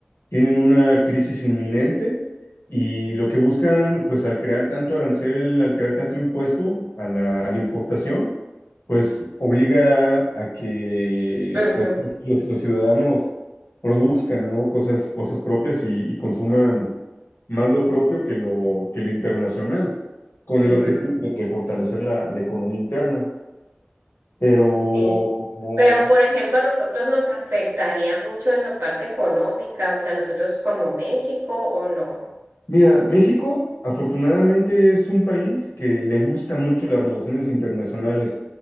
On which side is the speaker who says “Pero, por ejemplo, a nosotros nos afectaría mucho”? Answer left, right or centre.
Right